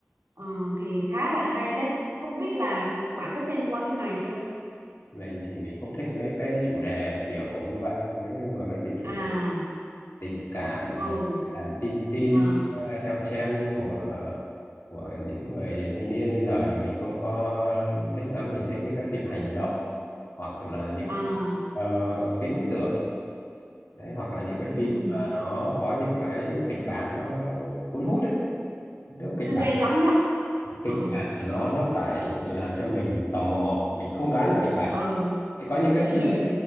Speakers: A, on the right; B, on the left.
A: Ờ, thì khá là hay đấy không biết là bạn có xem qua phim này chưa?
B: mình thì mình không thích mấy cái chủ đề kiểu như vậy nếu như mà mấy cái chủ
A: À,
B: đề tình cảm
A: ừ,
B: à, tin tin
A: à,
B: à, theo trend của của những người thanh niên bây giờ thì mình không có thích lắm mình thích những cái phim hành động hoặc là những
A: à,
B: phi- ờ, viễn tưởng đấy hoặc là những cái
A: ừ,
B: phim mà nó có những cái kịch bản nó nó cuốn hút đấy tức là kịch
A: nó
B: bản
A: gây cấn đó.
B: kịch
A: Ừ,
B: bản của nó nó phải làm cho mình tò mò mình không đoán được kịch bản
A: ừ,
B: chứ có những
A: <laughs>
B: cái phim
A: ừ,